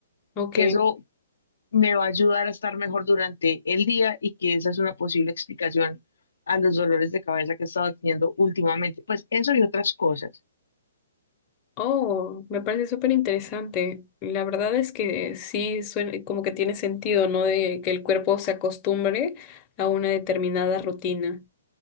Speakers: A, on the left; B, on the left.
A: ok.
B: que eso me va a ayudar a estar mejor durante el día y que esa es una posible explicación a los dolores de cabeza que he estado teniendo últimamente. Pues eso y otras cosas.
A: Oh, me parece súper interesante. La verdad es que sí suena como que tiene sentido, ¿no? De que el cuerpo se acostumbre a una determinada rutina.